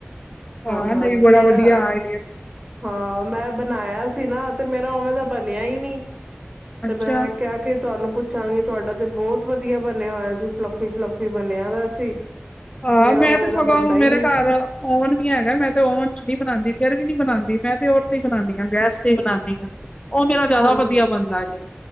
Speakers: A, on the right (about 25°); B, on the left (about 25°).
A: ਹਾਂ-ਹਾਂ
B: ਹਾਂ, ਨਹੀਂ
A: ਤੇ
B: ਬੜਾ
A: ਮੇਰਾ
B: <inaudible>
A: ਹਾਂ ਮੈਂ ਬਣਾਇਆ ਸੀ ਨਾ ਤੇ ਮੇਰਾ ਉਵੇਂ ਦਾ ਬਣਿਆ ਹੀ ਨੀ ਤੇ
B: ਅੱਛਾ
A: ਮੈਂ ਕਿਹਾ ਕੇ ਤੁਹਾਨੂੰ ਪੁੱਛਾਂਗੀ ਤੁਹਾਡਾ ਤੇ ਬਹੁਤ ਵਧੀਆ ਬਣਿਆ ਹੋਇਆ ਸੀ ਫਲੱਫੀ-ਫਲੱਫੀ ਬਣਿਆਇ ਸੀ
B: ਹਾਂ
A: ਮੇਰਾ
B: ਮੈਂ
A: ਉਵੇਂ
B: ਤੇ ਸਗੋਂ
A: ਦਾ ਬਣਦਾ ਹੀ
B: ਮੇਰੇ
A: ਨੀ
B: ਘਰ ਓਵਨ ਵੀ ਹੈਗਾ ਮੈਂ ਤੇ ਓਵਨ ਚ ਨਹੀਂ ਬਣਾਉਂਦੀ ਕੁਕਰ ਵੀ ਨੀ ਬਣਾਉਂਦੀ ਮੈਂ ਤੇ ਔਸਤੇ ਹੀ ਬਣਾਉਦੀ ਹਾਂ ਗੈਸ ਤੇ ਹੀ ਬਣਾਉਂਦੀ ਹਾਂ ਉਹ ਮੇਰਾ ਜਿਆਦਾ
A: ਹਾਂਜੀ
B: ਵਧੀਆ ਬਣਦਾ ਜੇ